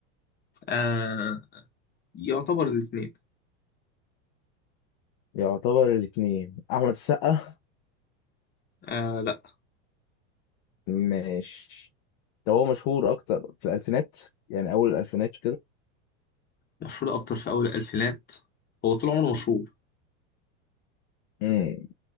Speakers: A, on the left; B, on the left.
A: آه... يعتبر الاثنين
B: يعتبر الاتنين أحمد السقا
A: آه... لا
B: ماشي طب هو مشهور أكتر في الألفينات يعني أول الألفينات
A: مشهور اكتر في اول الالفينات هو طول عمره مشهور
B: وكده